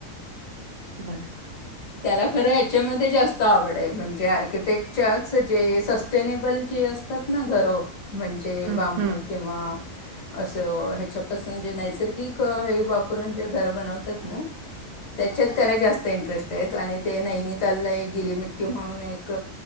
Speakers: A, on the right; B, on the left.
A: बरा...
B: त्याला खरं ह्याच्यामध्ये जास्त आवड आहे म्हणजे आर्किटेक्टच्या जे सस्टेनेबल जे असतात ना घरं म्हणजे
A: हं,
B: बांबू
A: हं,
B: किंवा असं ह्याच्यापासून जे नैसर्गिक हे वापरून जे घर बनवतात ना.
A: ह
B: त्याच्यात त्याला जास्त इंटरेस्ट आणि ते नैनीतालला एक गिली मिट्टी म्हणून एक